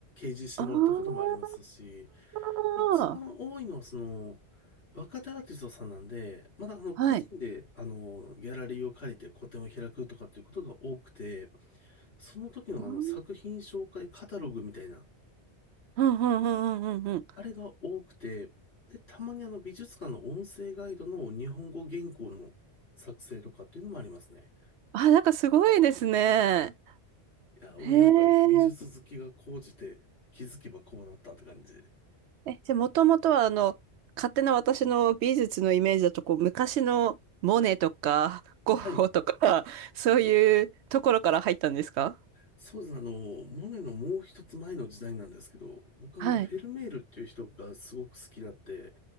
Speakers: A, on the left; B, on the right.
A: 示してもらったこともありますし、
B: ああー、
A: 一番多いのはその、若手アーティストさんなんで、まだあの、個人で、
B: はい。
A: あの、ギャラリーを借りて個展を開くとかっていうことが多くて、その時のあの、
B: うん、
A: 作品紹介カタログみたいな、
B: うん、うん、うん、うん。うん
A: あれが多くて、で、たまにあの美術館の音声ガイドの日本語原稿の作成とかっていうのもありますね。
B: あ、なんかすごいですね。
A: いや、もうなんか美術好きが高じて気づけばこうなったって感じで。
B: へえ。え、じゃあ、もともとは、あの、勝手な私の美術のイメージだと、こう、昔のモネとか、ゴッホとか、
A: はい。
B: <laughs> そういうところから入ったんですか
A: そうです。あの、モネのもう一つ前の時代なんですけど、僕あの、
B: はい。
A: フェルメールっていう人がすごく好きだって、